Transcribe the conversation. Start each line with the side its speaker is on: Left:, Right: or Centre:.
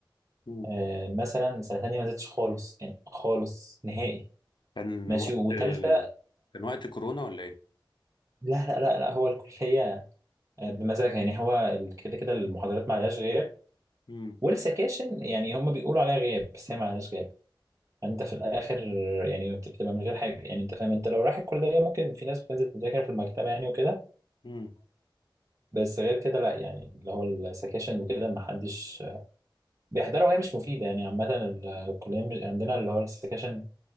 Left: مم.
Right: آه مثلا سنه تانية ما نزلتش خالص يعني خالص نهائي
Left: كان
Right: ماشي
Left: وقت
Right: وتالتة
Left: آه، كان وقت كورونا ولا ايه
Right: لا لا لا لا هو الكليه بمزاجها يعني هو ال- كده كده المحاضرات ما عليهاش غياب
Left: مم.
Right: والسكاشن يعني هم بيقولوا عليها غياب بس هي ما عليهاش غياب يعني انت في الاخر يعني بت- بتبقى من غير حاجه يعني انت فاهم انت لو رايح الكليه ممكن في ناس بتنزل تذاكر في المكتبه يعني وكده
Left: مم.
Right: بس غير كده لا يعني اللي هو السكاشن وكده ما حدش بيحضرها وهي مش مفيده يعني عامه ال- الكليه مش عندنا اللي هو السكاشن